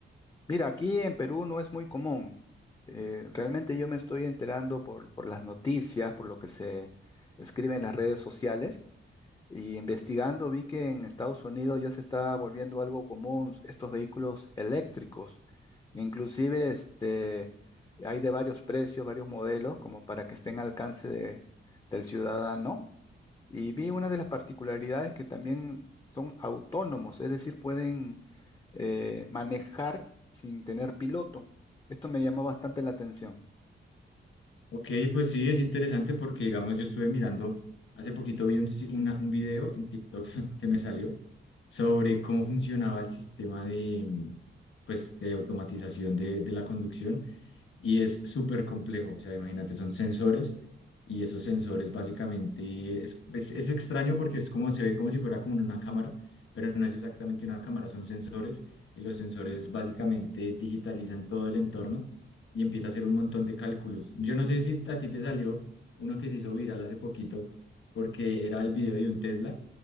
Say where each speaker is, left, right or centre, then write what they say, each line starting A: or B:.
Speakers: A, on the left (about 20°); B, on the left (about 70°).
A: Mira, aquí en Perú no es muy común. Eh, realmente yo me estoy enterando por, por las noticias, por lo que se escribe en las redes sociales, Y investigando vi que en Estados Unidos ya se está volviendo algo común estos vehículos eléctricos. Inclusive este, hay de varios precios, varios modelos, como para que estén al alcance de- del ciudadano. Y vi una de las particularidades que también son autónomos, es decir, pueden eh, manejar sin tener piloto. Esto me llamó bastante la atención.
B: Ok, pues sí, es interesante porque, digamos, yo estuve mirando, hace poquito vi un, si- una- un video en TikTok <laughs> que me salió sobre cómo funcionaba el sistema de, mm, pues, de automatización de de la conducción y es súper complejo. O sea, imagínate, son sensores y esos sensores básicamente es, es, es extraño porque es como se ve como si fuera como una cámara, pero no es exactamente una cámara, son sensores y los sensores básicamente digitalizan todo el entorno y empieza a hacer un montón de cálculos. Yo no sé si a ti te salió uno que se hizo viral hace poquito porque era el video de un Tesla